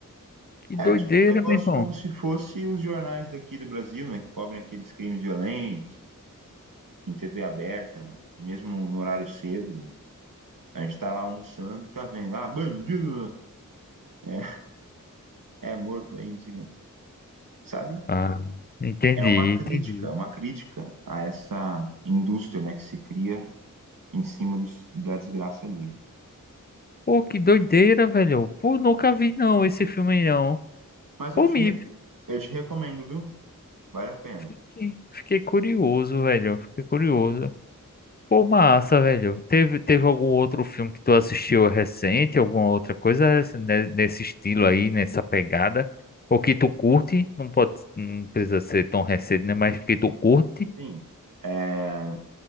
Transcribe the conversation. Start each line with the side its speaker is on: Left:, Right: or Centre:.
Left: que doideira,
Right: É tipo um negócio
Left: meu irmão.
Right: como se fosse os jornais daqui do Brasil, né? Que cobrem aqueles crimes violentos, em TV aberta, mesmo no horário cedo. A gente tá lá almoçando e tá vendo, ah, bandido, é, é morto aí, não sei o quê. Sabe?
Left: Ah, entendi,
Right: É uma crítica,
Left: entendi.
Right: é uma crítica a essa indústria, né, que se cria em cima dos, da desgraça ali.
Left: Pô, que doideira, velho. Pô, nunca vi não esse filme não.
Right: Mas
Left: Pô,
Right: eu te,
Left: me
Right: re- eu te recomendo, viu? Vale a pena.
Left: fiquei, fiquei curioso, velho. Fiquei curioso. Pô, massa, velho. Teve, teve algum outro filme que tu assistiu recente, alguma outra coisa esse- ne- nesse estilo aí, nessa pegada? Ou que tu curte, não pode, não precisa ser tão recente, né? Mas que tu curte.
Right: Sim. É,